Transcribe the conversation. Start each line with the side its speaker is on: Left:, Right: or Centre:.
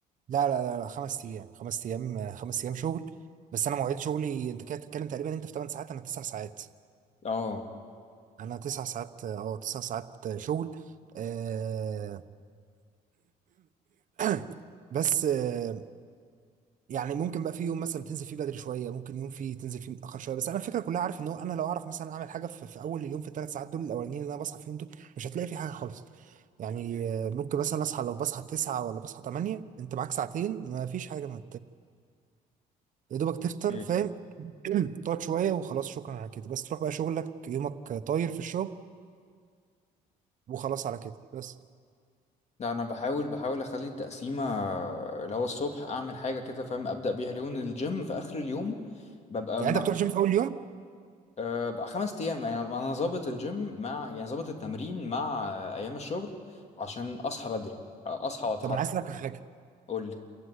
Right: لا لا لا لا، خمس ايام خمس ايام خمس ايام شغل بس انا مواعيد شغلي انت كده بتتكلم تقريبا انت في 8 ساعات انا 9 ساعات
Left: اه
Right: انا 9 ساعات اه 9 ساعات شغل آه، <clears throat> <coughs> بس آه، يعني ممكن بقى في يوم مثلا تنزل فيه بدري شويه ممكن يوم فيه تنزل فيه متاخر شويه بس انا الفكره كلها عارف ان هو انا لو اعرف مثلا اعمل حاجه في, في اول اليوم في الثلاث ساعات دول الاولانيين اللي انا بصحى فيهم دول مش هتلاقي في حاجه خالص يعني آه، ممكن مثلا اصحى لو بصحى 9 ولا بصحى 8 انت معاك ساعتين ما فيش حاجه ما يا دوبك تفطر
Left: إيه.
Right: فاهم <clears throat> تقعد شوية وخلاص شكرا على كده بس تروح بقى شغلك يومك طاير في الشغل وخلاص على كده بس
Left: لا انا بحاول بحاول اخلي التقسيمه اللي هو الصبح اعمل حاجه كده فاهم ابدا بيها اليوم الجيم في اخر اليوم ببقى
Right: يعني
Left: مع
Right: انت بتروح جيم في اول يوم
Left: أه بقى خمس أيام يعني أنا ظابط الجيم مع يعني ظابط التمرين مع آه، أيام الشغل عشان أصحى بدري آه، أصحى وأتحرك
Right: طب انا عايز اسالك على حاجة
Left: قول لي